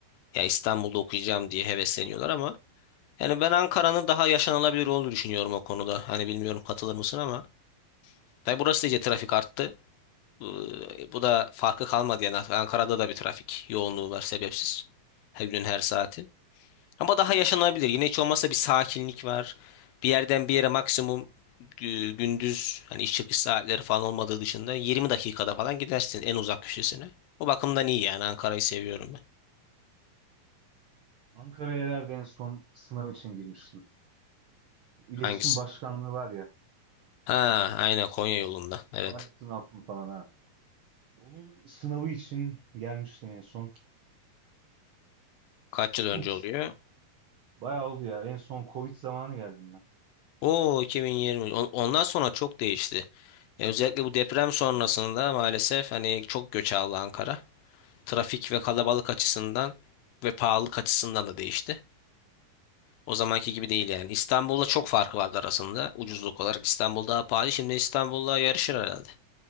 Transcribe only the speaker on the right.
Ankara'ya herhalde en son sınav için girmiştim. İletişim
Başkanlığı var ya,
Fahrettin Altun falan ha. Onun sınavı için gelmiştim en son.
İlk
Bayağı oldu ya. En son Covid zamanı geldim ben.
Değişti.
mi?